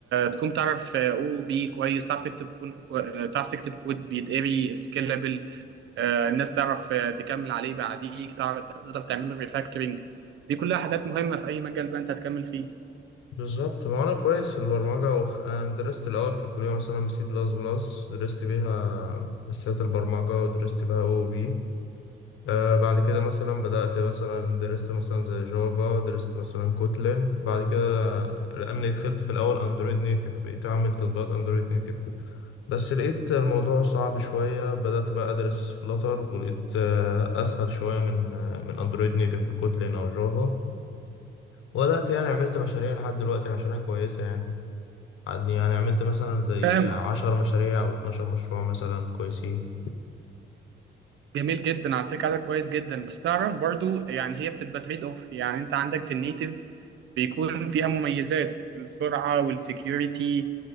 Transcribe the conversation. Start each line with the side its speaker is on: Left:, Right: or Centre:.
Right: تكون تعرف او بي كويس تعرف تكتب كود كو... آه، تعرف تكتب كود بيتقري سكيلابل الناس تعرف آه، تكمل عليه بعديك تعرف تقدر تعمل له ريفاكتورنج دي كلها حاجات مهمه في اي مجال بقى انت هتكمل فيه
Left: بالظبط ما انا كويس في البرمجه وخ... انا درست الاول في الكليه مثلا سي بلس بلس درست بيها اساسيات البرمجه ودرست بيها او بي آه بعد كده مثلا بدات مثلا درست مثلا زي جافا درست مثلا كوتلين بعد كده لاني دخلت في الاول اندرويد نيتف بقيت اعمل تطبيقات اندرويد نيتف بس لقيت الموضوع صعب شويه بدات بقى ادرس فلاتر ولقيت آه اسهل شويه من آه من اندرويد نيتف بكوتلين او جافا وبدات يعني عملت مشاريع لحد دلوقتي مشاريع كويسه يعني يعني عملت مثلا زي
Right: فاهم
Left: عشر مشاريع أو اتناشر مشروع مثلا كويسين
Right: جميل جدا على فكرة عدد كويس جدا بس تعرف برضو يعني هي بتبقى تريد اوف يعني انت عندك في النيتيف بيكون فيها مميزات السرعة والسكيورتي